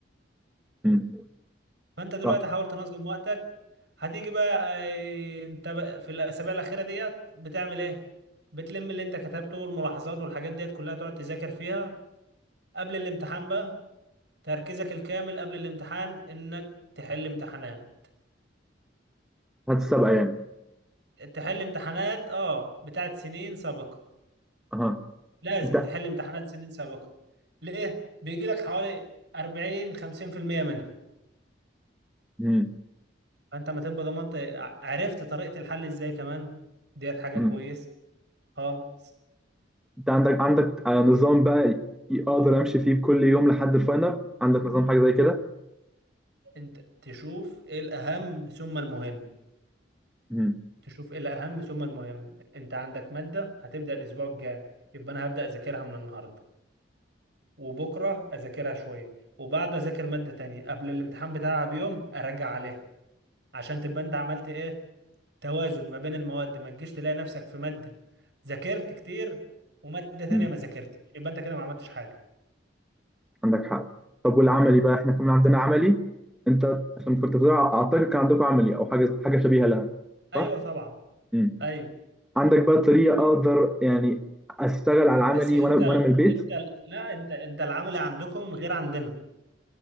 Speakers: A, in the centre; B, on the right (about 65°).
A: مم.
B: فانت دلوقتي
A: صح
B: حاول تنظم وقتك هتيجي بقى آه، انت بقى في الاسابيع الاخيرة ديت بتعمل ايه بتلم اللي انت كتبته والملاحظات والحاجات ديت كلها تقعد تذاكر فيها قبل الامتحان بقى تركيزك الكامل قبل الامتحان انك تحل امتحانات
A: هتسابقه يعني
B: تحل امتحانات اه بتاعت سنين سابقة
A: اها
B: لازم
A: انت
B: تحل امتحانات سنين سابقة ليه؟ بيجي لك حوالي 40 50% منها
A: مم.
B: فانت ما تبقى ضمنت ع- عرفت طريقة الحل ازاي كمان ديت حاجة
A: مم.
B: كويسة خالص
A: انت عندك عندك آه، نظام بقى ي- اقدر امشي فيه كل يوم لحد الفاينل عندك نظام حاجه زي كده
B: انت تشوف ايه الأهم ثم المهم
A: مم.
B: تشوف ايه الأهم ثم المهم انت عندك مادة هتبدأ الأسبوع الجاي يبقى انا هبدأ أذاكرها من النهاردة وبكرة أذاكرها شوية وبعده أذاكر مادة تانية قبل الامتحان بتاعها بيوم أراجع عليها عشان تبقى انت عملت ايه توازن ما بين المواد ما تجيش تلاقي نفسك في مادة ذاكرت كتير ومادة تانية
A: مم.
B: ما ذاكرتش يبقى انت كده ما عملتش حاجة
A: عندك حق طب والعملي بقى احنا كمان عندنا عملي انت عشان كنت بتقول اعتقد كان عندكم عملي او حاجه حاجه شبيهه لها
B: ايوه
A: صح؟
B: طبعا
A: امم
B: ايوه
A: عندك بقى طريقه اقدر يعني اشتغل على العملي
B: بس انت
A: وانا وانا
B: ال...
A: من البيت
B: انت ال... لا انت انت العمل عندكم غير عندنا